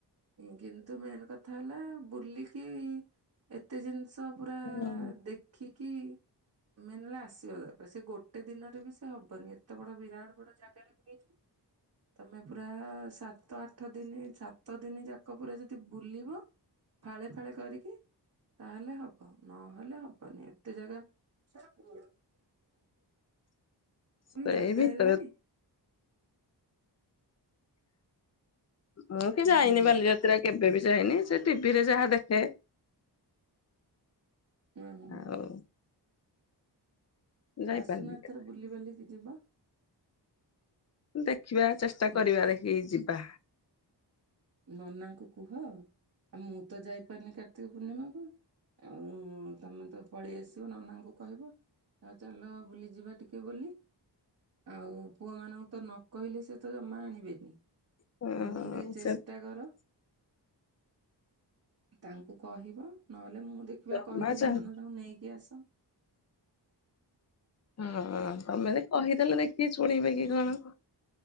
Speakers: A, on the right (about 55°); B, on the left (about 40°).
A: କିନ୍ତୁ ମେନ୍ କଥା ହେଲା ବୁଲିକି ଏତେ ଜିନିଷ ପୁରା
B: ହୁଁ
A: ଦେଖିକି ମେନ୍ ହେଲା ଆସିବା ଦର ସେ ଗୋଟେ ଦିନରେ ବି ସେ ହବନି ଏତେ ବଡ ବିରାଟ ବଡ ଜାଗାରେ ବି ହେଇ ତମେ ପୁରା ସାତ ଆଠ ଦିନ ସାତ ଦିନ ଯାକ ପୁରା ଯଦି ବୁଲିବ। ଫାଳେ ଫାଳେ କରିକି। ତାହେଲେ ହବ ନହେଲେ ହବନି ଏତେ ଜାଗା। କମ
B: ସେଇ
A: ଜାଗା
B: ଭିତରେ
A: ହେଲାଣି।
B: ମୁଁ କି ଯାଇନି
A: ହୁଁ
B: ବାଲିଯାତ୍ରା କେବେ ବି ଯାଇନି ସେ ଟି ଭିରେ ଯାହା ଦେଖେ।
A: ହୁଁ ହୁଁ ହୁଁଁ।
B: ଆଉ ଯାଇପାରିନି
A: ଆସୁନ ଏଥର
B: କେବେ
A: ବୁଲି ବାଲିକି ଯିବା।
B: ଦେଖିବା ଚେଷ୍ଟା
A: ହୁଁ
B: କରିବା ଦେଖିକି ଯିବା।
A: ନନାଙ୍କୁ କୁହ ଆଉ ମୁଁ ତ ଯାଇପାରୁିନି କାର୍ତ୍ତିକ ପୂର୍ଣ୍ଣିମାକୁ। ଆଉ ତମେ ତ ପଳେଇ ଆସିବ ନନାଙ୍କୁ କହିବ। ଆଉ ଚାଲ ବୁଲିଯିବା ଟିକେ ବୋଲି। ଆଉ ପୁଅ ମାନଙ୍କୁ ତ ନ କହିଲେ ସେ ତ ଜମା ଆଣିବେନି।
B: ହଁ
A: ଯେ ତମେ ଟିକେ ଚେଷ୍ଟା
B: ସେ
A: କର ତାଙ୍କୁ। କହିବ ନହେଲେ ମୁଁ ଦେଖିବା
B: ଜମା
A: କହିଦେବି
B: ଚାହୁଁ
A: ନହଲେ ତାଙ୍କୁ ନେଇକି ଆସ।
B: ହଁ ତମେ ତ କହିଦେଲେ ଦେଖିକି ଶୁଣିବେ କି କଣ।